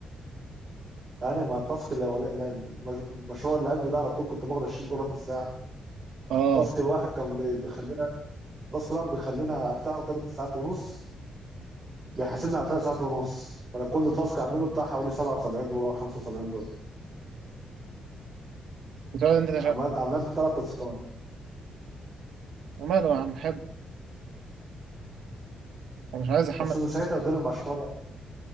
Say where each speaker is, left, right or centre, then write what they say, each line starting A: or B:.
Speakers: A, on the right (about 20°); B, on the right (about 80°).
A: انا ما التاسك الاولاني لا، المش- المشروع اللي قبله ده على طول كنت باخد 20 دولار في الساعه
B: اه
A: تاسك الواحد كان بي- بيخلينا التاسك الواحد بيخلينا افتحه تلات ساعات ونص بيحاسبني على تلات ساعات ونص فانا كل تاسك اعمله بتاع حوالي 77 دولار 75 دولار
B: وتقعد انت تشغل
A: عمل عملت تلات تاسكات
B: ماله يا عم حلو انا مش عايز احمل
A: بس من ساعتها اديله مقشفره